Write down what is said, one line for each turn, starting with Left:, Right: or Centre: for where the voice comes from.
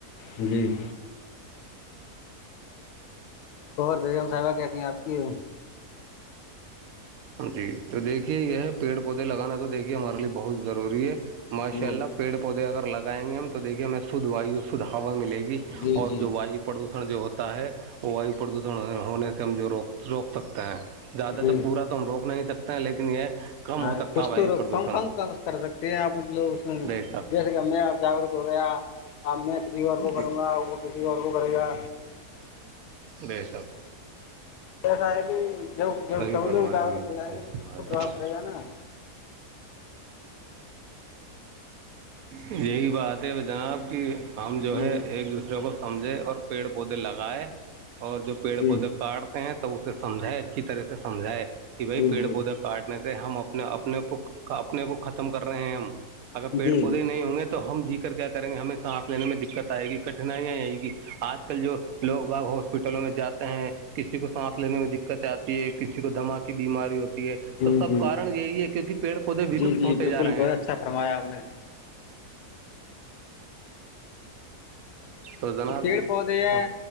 Left: جی اور بیگم صاحبہ کیسی ہیں آپ کی
Right: جی تو دیکھیے یہ ہے پیڑ پودے لگانا تو دیکھیے ہمارے لیے بہت ضروری ہے ماشاء
Left: جی
Right: اللہ پیڑ پودے اگر لگائیں گے ہم تو دیکھیے ہمیں سدھ وایو سدھ ہوا ملے گی
Left: جی
Right: اور
Left: جی
Right: جو وایو پردوشن جو ہوتا ہے وہ وایو پردوشن ہونے سے ہم جو روک روک سکتے ہیں زیادہ
Left: جی
Right: تو پورا تو ہم روک نہیں سکتے ہیں لیکن یہ کم
Left: ہاں
Right: ہو سکتا
Left: کچھ
Right: ہے وایو
Left: تو
Right: پردوشن
Left: کم کم کر سکتے ہیں آپ لوگ
Right: بے شک
Left: میں اب جاگرک ہو گیا اب میں کسی اور کو
Right: جی
Left: کروں گا وہ کسی اور کو کرے گا
Right: بے شک
Left: ایسا ہے کہ جب جب
Right: صحیح
Left: سبھی
Right: فرمایا
Left: لوگ جاگروک
Right: بالکل
Left: ہو جائیں
Right: صحیح
Left: گے تو
Right: فرمایا
Left: کچھ تو
Right: جناب
Left: پربھؤ پڑے گا نا
Right: یہی بات ہے وہ جناب کہ ہم جو
Left: جی
Right: ہے ایک دوسرے کو سمجھیںے اور پیڑ پودے لگائے اور جو پیڑ
Left: جی
Right: پودے کاٹ ہیں تو اسے سمھائے اچھی طرح سے سمجھائے کہ بھائی
Left: جی
Right: پیڑ
Left: جی
Right: پودے کاٹنے سے ہم اپنے اپنے کو اپنے کو ختم کر رہے ہیں ہم اگر
Left: جی
Right: پیڑ پودے نہیں ہوں گے تو تو ہم جی کر کیا کریں گے ہمیں سانس لینے میں دقت آئے گی کٹھنائیا آئے گی آج کل جو لوگ باغ ہو ہاسپٹلوں میں جاتے ہیں کسی کو سانس لینے میں دقت آتی ہے کسی کو دھما کی بیماری ہوتی ہے
Left: جی
Right: تو سب
Left: جی
Right: کن یہی ہے کیونکہ پیڑ پودے ولپت
Left: جی جی
Right: ہوتے
Left: بالکل
Right: جا رہے
Left: بہت
Right: ہیں
Left: اچھا فرمایا اپ نے
Right: تو جناب
Left: پیڑ پودے ہیں
Right: ہاں